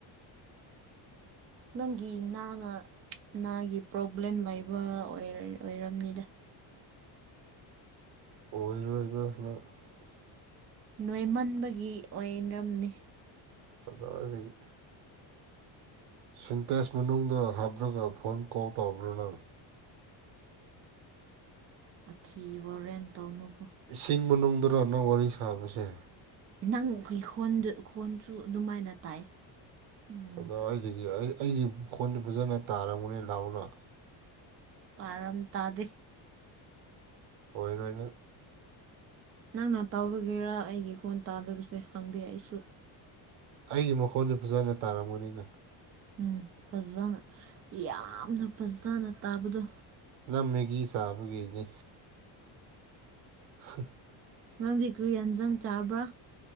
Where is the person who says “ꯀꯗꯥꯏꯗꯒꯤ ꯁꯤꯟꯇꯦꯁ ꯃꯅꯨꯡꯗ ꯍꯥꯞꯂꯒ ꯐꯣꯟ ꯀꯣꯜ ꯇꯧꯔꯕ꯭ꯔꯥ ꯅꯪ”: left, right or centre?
Right